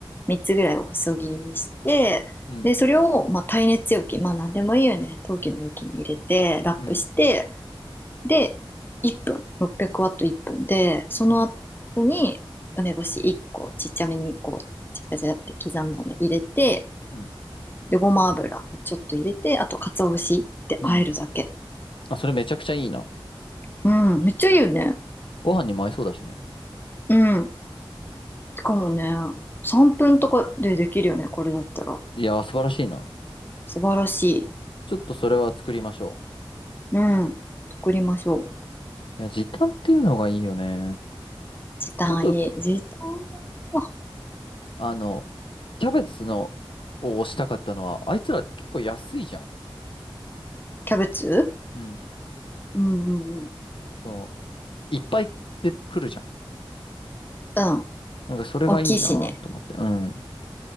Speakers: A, on the left; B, on the left.
A: 3つぐらいを細切りにして、
B: うん
A: で、それを、まあ、耐熱容器、まあ、なんでもいいよね。陶器の容器に入れて、ラップして、
B: うん、
A: で、1分、600ワット1分で、その後に梅干し1個、
B: うん、
A: ちっちゃめにこう、ちゃちゃちゃって刻んだの入れて、
B: うん、
A: で、ごま油をちょっと入れて、あと、鰹節って和えるだけ。
B: うん。あ、それめちゃくちゃいいな。
A: うん、めっちゃいいよね。
B: ご飯にも合いそうだしね。
A: うん。しかもね、3分とかでできるよね、これだったら。
B: いやー、素晴らしいな。
A: 素晴らしい。
B: ちょっとそれは作りましょ
A: うん。作りましょう。
B: う。いや、時短っていうのがいいよね。
A: 時短いい。
B: ちょっと、
A: 時短は。あ
B: あの、キャベツの、を推したかったのは、あいつら結構安いじゃん。
A: キャベツ
B: うん。
A: うんうんうん。
B: その、いっぱいで来るじゃん。
A: うん。
B: なんかそれがいいなと思って。
A: 大きいしね。
B: うん。